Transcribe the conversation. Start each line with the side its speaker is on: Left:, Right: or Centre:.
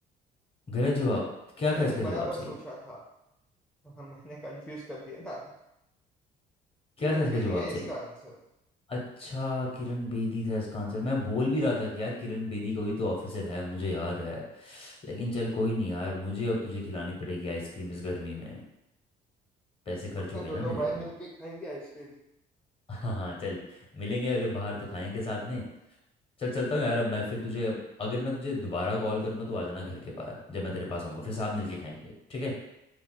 Left: गलत जवाब क्या
Centre: पहले
Left: था इसका जवाब
Centre: बराबर सोचा
Left: सही
Centre: था <laughs> मैंने कंफ्यूज कर दिया ना
Left: क्या
Centre: किरण
Left: था इसका
Centre: बेदी
Left: जवाब
Centre: है इसका
Left: सही
Centre: आंसर
Left: अच्छा किरण बेदी था इसका आंसर मैं बोल भी रहा था कि यार किरण बेदी कोई तो ऑफिसर है मुझे याद है लेकिन चल कोई नहीं यार मुझे अब तुझे खिलानी पड़ेगी आइसक्रीम इस गर्मी में पैसे
Centre: कोई
Left: खर्च
Centre: ना
Left: हो गए
Centre: दोनों
Left: ना मेरे
Centre: भाई
Left: अब
Centre: मिलके खाएंगे आइसक्रीम
Left: <laughs> हाँ हाँ चल मिलेंगे अगर बाहर तो खाएंगे साथ में चल चलता हूँ यार अब मैं फिर तुझे अगर मैं तुझे दोबारा कॉल करूँगा तो आ जाना घर के बाहर जब मैं तेरे पास आऊँगा फिर साथ मिलके खाएंगे ठीक है